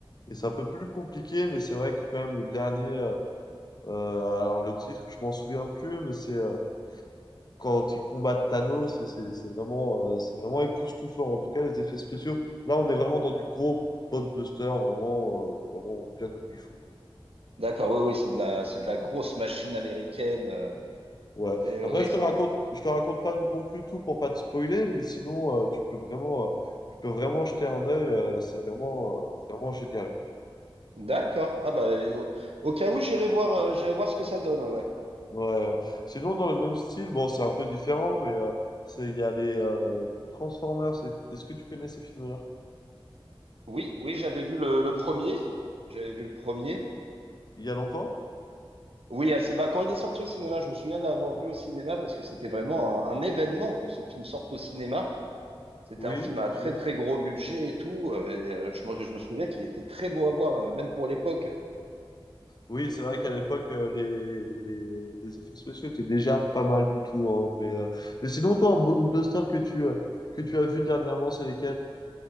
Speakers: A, on the left; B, on the right.
A: et, et c'est un peu plus compliqué, mais c'est vrai que quand même, le dernier, euh, euh, alors le titre, je m'en souviens plus, mais c'est. euh, quand ils combattent Thanos, c'est c'est- c'est vraiment, euh, c'est vraiment époustouflant. En tout cas, les effets spéciaux. Là, on est vraiment dans du gros blockbuster, vraiment, euh, vraiment bien comme il faut.
B: D'accord, oui, oui, c'est de la, c'est de la grosse machine américaine. euh,
A: Ouais.
B: c'est- euh,
A: Après,
B: oui,
A: je
B: ça-
A: te raconte, je te raconte pas non plus tout pour pas te spoiler, mais sinon, euh, tu peux vraiment, euh, tu peux vraiment jeter un œil. euh, c'est vraiment, euh, vraiment génial.
B: D'accord. Ah bah, euh, au, au cas où, j'irai voir, euh, j'irai voir ce que ça donne. ouais, ouais.
A: Ouais. Sinon, dans le même style, bon, c'est un peu différent, mais euh, c'est, il y a les euh, Transformers. Est-ce que tu connais ces films-là?
B: Oui, oui, j'avais vu le, le premier. J'avais vu le premier.
A: Il y a longtemps?
B: Oui, assez, bah, quand il est sorti au cinéma, je me souviens de l'avoir vu au cinéma parce que c'était vraiment un, un événement que ce film sorte au cinéma. C'était
A: Oui,
B: un film
A: je
B: à
A: me
B: très
A: souviens.
B: très gros budget et tout. euh, Et euh, je, me- je me souviens qu'il était très beau à voir, euh, même pour l'époque.
A: Oui, c'est vrai qu'à l'époque, euh, les, les, les effets spéciaux étaient déjà pas mal du tout. hein, mais, euh, mais sinon, toi, un blockbuster que tu, euh, que tu as vu dernièrement, c'est lesquels?